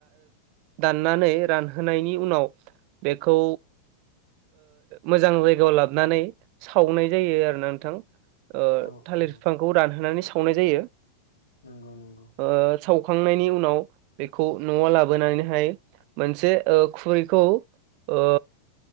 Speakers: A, on the right; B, on the left.
A: दाननानै रानहोनायनि उनाव बेखौ मोजां जायगायाव लाबोनानै सावनाय जायो आरो ना नोंथां। ओ
B: औ
A: थालिर
B: औ
A: बिफांखौ रानहोनानै सावनाय जायो।
B: नंगौ नंगौ।
A: ओ सावखांनायनि उनाव बेखौ न'आव लाबोनानैहाय मोनसे ओ खुरैखौ ओ